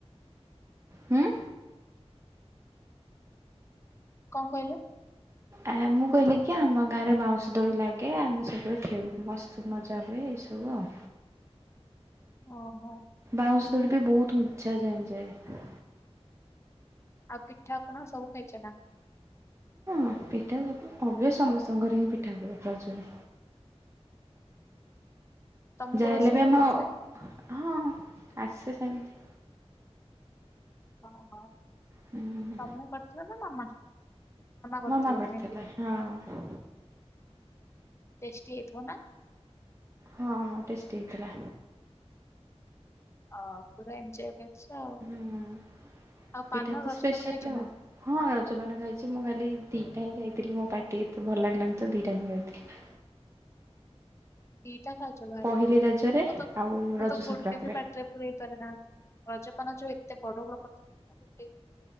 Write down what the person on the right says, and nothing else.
ହୁଁ
ଆ- ମୁଁ କହିଲି କି ଆମ ଗାଁରେ ବାଉଁଶ ଦୋଳି ଲାଗେ ଆମେ ସବୁବେଳେ ଖେଳୁ ମସ୍ତ୍ ମଜା ହୁଏ ଏସବୁ ଆଉ।
ବାଉଁଶ ଦୋଳି ବି ବହୁତ୍ ଉଞ୍ଚା ଯାଏଁ ଯାଏ।
ଆଉ ପିଠା ସବୁ ଅବ୍ୟ- ସମସ୍ତଙ୍କର ହିଁ ପିଠା ହୁଏ ରଜରେ।
ଯାହାହେଲେ
ବି ଆମ
ହଁ- ଆସେ ସେମିତି।
ହୁଁ
ମାମା କରିଥିଲେ
-ହଁ।
ହଁ -ହଁ ଟେଷ୍ଟି ହେଇଥିଲା।
ହୁଁ ପିଠା
ତ
ସ୍ପେଶାଲ
ଆଉ
ହଁ ରଜ ପାନ ଖାଇଚି ମୁଁ ଖାଲି ଦିଟା ହିଁ ଖାଇଥିଲି ମୋ ପାଟି ଏତେ ଭଲ ଲାଗିଲାନି ତ ଦିଟା ହିଁ ଖାଇଥିଲି।
ପହିଲି ରଜରେ
ଆଉ ରଜ
ସଂକ୍ରାନ୍ତିରେ।